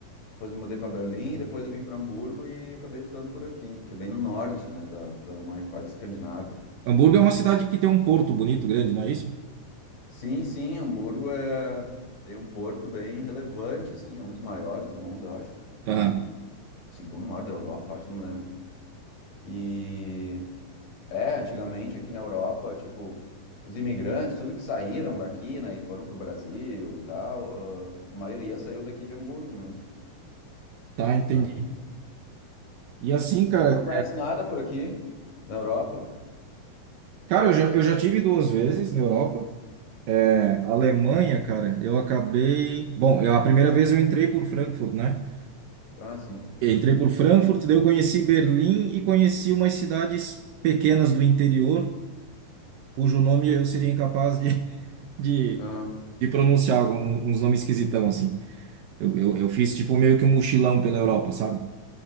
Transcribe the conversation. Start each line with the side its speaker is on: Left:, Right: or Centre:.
Left: Depois me mudei para Berlim, depois eu vim para Hamburgo e acabei ficando por aqui, que é bem no norte, né, da, da Alemanha, quase Escandinávia. assim.
Right: Hamburgo é uma cidade que tem um porto bonito, grande, não é isso?
Left: Sim, sim, Hamburgo é tem um porto bem relevante, assim, é um dos maiores do mundo, eu acho, e
Right: Aham.
Left: segundo maior da Europa, acho, não lembro. E é, antigamente aqui na Europa, tipo, os imigrantes, tudo que saíram daqui, né, e foram pro Brasil, e tal, ah, a maioria saiu daqui de Hamburgo mesmo,
Right: Tá, entendi.
Left: navio.
Right: E assim, cara,
Left: Tu não conhece nada por aqui na Europa?
Right: cara, eu já, eu já tive duas vezes na Europa. É, Alemanha, cara, eu acabei... Bom, eu, a primeira vez eu entrei por Frankfurt, né?
Left: Ah, sim.
Right: Entrei por Frankfurt, daí eu conheci Berlim e conheci umas cidades pequenas do interior, cujo nome eu seria incapaz de, <laughs> de,
Left: Aham.
Right: de pronunciar, algum- uns nomes esquisitão, assim. Eu, eu, eu fiz tipo meio que um mochilão pela Europa, sabe?